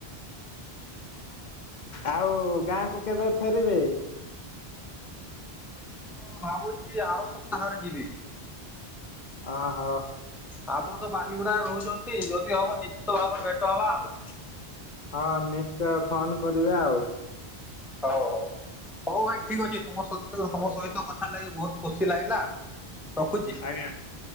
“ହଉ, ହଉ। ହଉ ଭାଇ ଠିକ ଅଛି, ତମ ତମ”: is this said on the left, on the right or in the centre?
Centre